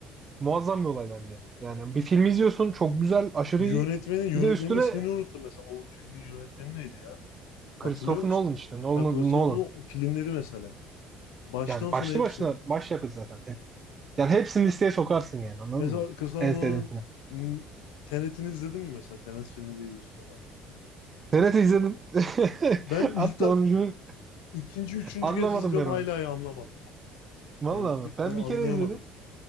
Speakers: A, on the right; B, on the left.
A: muazzam bir olay bence. Yani bir film izliyorsun çok güzel aşırı
B: Yönetmenin
A: iyi.
B: yönetmenin
A: Bir de üstüne
B: ismini unuttum mesela. O filmin yönetmeni neydi ya?
A: Christopher
B: Hatırlıyor musun?
A: Nolan işte Nolan,
B: Ha, Christopher'ın
A: Nolan.
B: o filmleri mesela. Baştan
A: Yani
B: sona
A: başlı
B: hepsi.
A: başına başyapıt zaten. Hep- Yani hepsini listeye sokarsın yani anladın
B: Mesela
A: mı?
B: Kısa Orman'ın
A: En sevdiğin film.
B: m, Tenet'ini izledin mi mesela? Tenet filmi diye bir film var.
A: TRT izledim. <laughs>
B: Ben ilkten
A: Hatta onu
B: ikinci, üçüncü
A: anlamadım
B: kez izliyorum
A: ben
B: hala
A: onu.
B: ya anlamadım.
A: Vallahi
B: Yani cidden
A: bak, ben
B: anlayamadım.
A: bir kere izledim.